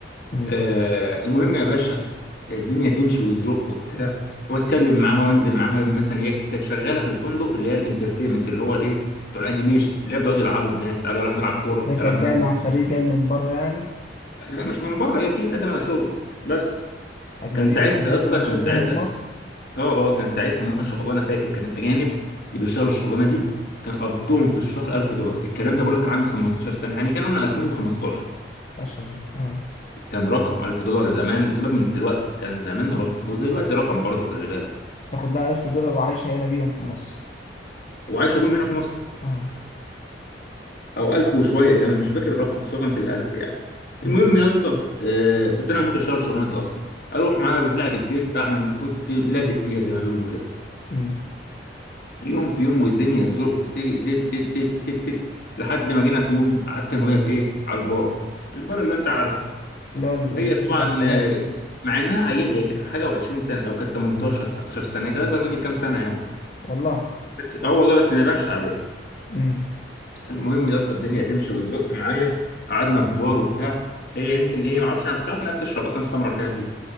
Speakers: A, on the left; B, on the left.
A: امم
B: آه المهم يا باشا الدنيا تمشي وتزق وبتاع واتكلم معاها وانزل معاها مثلا هي كانت شغاله في الفندق اللي هي الانترتينمنت اللي هو الايه بتوع الانيميشن اللي هي بيقعدوا يلعبوا الناس تعالوا يلا هنلعب كوره
A: ده كان
B: يلا هننزل
A: جاي مع فريق جاي من بره يعني
B: لا مش من بره هي بتيجي بتقدم على شغل بس
A: اجنبيه
B: كان ساعتها
A: بتقدم
B: يا اسطى
A: على
B: كان
A: شغل
B: ساعتها
A: هنا في مصر
B: اه اه كان ساعتها ما شاء الله انا فاكر كان الاجانب اللي بيشتغلوا الشغلانه دي كان قبضهم في الشهر 1000 دولار الكلام ده بقول لك كان عندي 15 سنه يعني كان انا 2015
A: ما شاء الله اه
B: كان رقم 1000 دولار زمان سيبك من دلوقتي كان زمان رقم ودلوقتي رقم برضه خلي بالك
A: بتاخد لها 1000 دولار وعايشه هنا بيهم في مصر
B: وعايشه بيهم هنا في مصر
A: اه
B: او 1000 وشويه كمان مش فاكر الرقم بس هو كان في الألف يعني
A: امم
B: المهم يا اسطى آه كنت انا هموت اشتغل الشغلانه دي اصلا اروح معاها بتلعب الجيست اعمل مأكولتي لازق فيها زي ما بيقولوا كده
A: امم
B: يوم في يوم والدنيا تزق تت تت تت تت تت تت لحد ما جينا في يوم قعدت انا وهي في ايه على البار البار اللي انت عارفه
A: اللي هو ال- ال-
B: هي طبعا
A: بتاع الفنادق
B: آه،
A: ده
B: مع انها عيله هي كانت حاجه و20 سنه او كانت 18 19 سنه هي كانت اكبر مني بكام سنه يعني
A: والله
B: بس اه والله بس ما يبانش عليها
A: امم
B: المهم يا اسطى الدنيا تمشي وتزق معايا قعدنا في بار وبتاع هي يمكن ايه ما اعرفش انا ما كنتش عارف انها بتشرب اصلا خمره والحاجات دي